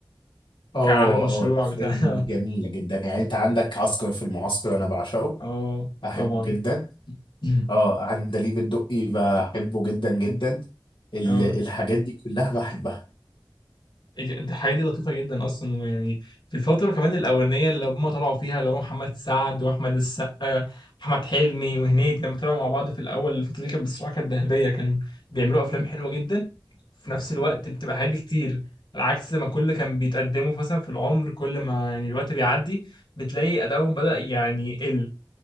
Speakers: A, on the left (about 65°); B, on the left (about 80°).
A: وكان
B: اه
A: عامل مشروع
B: اه الافلام
A: بتاع <laughs>
B: دي جميله جدا يعني انت عندك عسكر في المعسكر انا بعشقه
A: اه
B: بحبه
A: طبعا
B: جدا
A: <laughs>
B: اه عندليب الدقي بحبه جدا جدا ال
A: اه
B: الحاجات دي كلها بحبها
A: الحياة دي لطيفة جدا أصلا ويعني في الفترة كمان الأولانية اللي هم طلعوا فيها اللي هو محمد سعد وأحمد السقا وأحمد حلمي وهنيدي لما طلعوا مع بعض في الأول الفترة دي كانت بصراحة كانت ذهبية كان بيعملوا أفلام حلوة جدا في نفس الوقت بتبقى حاجات كتير على عكس ما كل كان بيتقدموا مثلا في العمر كل ما يعني الوقت بيعدي بتلاقي أدائهم بدأ يعني يقل